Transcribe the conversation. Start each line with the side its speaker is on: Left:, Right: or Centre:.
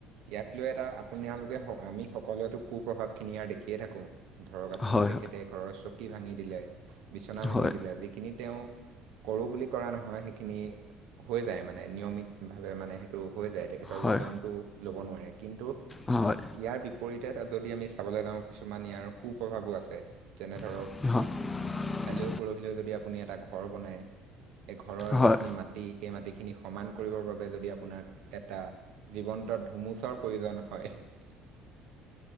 Right: ইয়াক লৈ এটা আপোনালোকে আমি সকলোৱেটো কু প্ৰভাৱ খিনি ইয়াৰ দেখিয়ে থাকো। ধৰক আপুনি
Left: হয়
Right: তেখেতে ঘৰৰ চকী ভাঙি দিলে বিচনা
Left: হয়
Right: ভাঙি দিলে যিখিনি তেওঁ কৰো বুলি কৰা নহয় সেইখিনি হৈ যায় মানে নিয়মিত ভাৱে মানে সেইটো হৈ যায় তেখেতৰ
Left: হয়
Right: ওজনটো লব নোৱাৰে কিন্তু
Left: হয়
Right: ইয়াৰ পৰীতে যদি আমি চাবলৈ যাওঁ কিছুমান ইয়াৰ সু প্ৰভাৱো আছে যেনে ধৰ
Left: <unintelligible>
Right: কালি পৰহিলৈ যদি আপুনি এটা ঘৰ বনাই এ ঘৰৰ
Left: হয়
Right: যিখিনি মাটি সেই মাটি খিনি সমান কৰিবৰ বাবে যদি আপোনাক এটা জীৱন্ত ধুমুচৰ প্ৰয়োজন হয় <unintelligible>